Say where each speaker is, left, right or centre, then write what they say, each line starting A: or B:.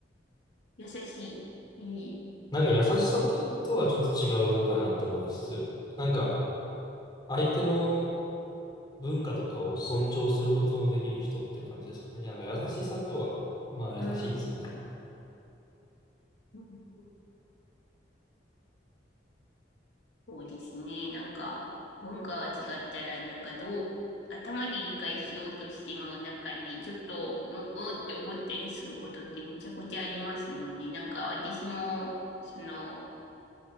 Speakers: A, on the left; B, on the left.
A: 優しい。いい。
B: なんか優しさと、とはちょっと違うかなと思いつつ、なんか、相手の文化とかを尊重することのできる人っていう感じですかね。なんか優しさとは、まあ優しいんですかね。
A: うん、うん、そうですね。なんか、文化が違ったら、なんかどう、頭で理解しようとしても、なんかね、ちょっと、う、うんって思ったりすることってめちゃくちゃありますもんね。なんか私も、その、